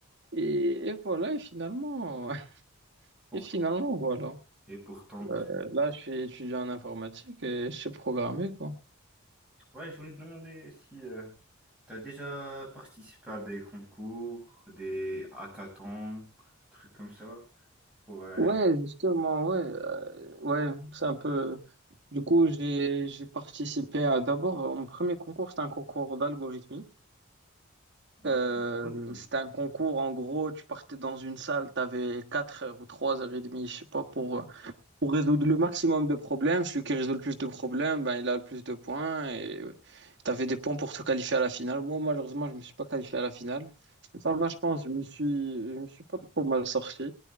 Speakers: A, on the right (about 55°); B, in the centre.
A: Et, et voilà, et finalement, <laughs>
B: pourtant,
A: et finalement, voilà.
B: et pourtant.
A: Euh, là, je suis étudiant en informatique et je sais programmer, quoi.
B: Ouais, je voulais te demander si tu as déjà participé à des concours, des hackathons, trucs comme ça, pour... euh,
A: Ouais, justement, ouais, euh, ouais, c'est un peu. Du coup, j'ai j'ai participé à d'abord euh, mon premier concours, c'était un concours d'algorithmie.
B: ouais,
A: Euh,
B: aussi.
A: c'était un concours, en gros, tu partais dans une salle, tu avais 4 heures ou 3 heures et demie, je sais pas, pour, euh, pour résoudre le maximum de problèmes. Celui qui résout le plus de problèmes, ben, il a le plus de points et tu avais des points pour te qualifier à la finale. Moi, malheureusement, je me suis pas qualifié à la finale. Mais Ça va, je pense, je me suis, je me suis pas trop mal sorti.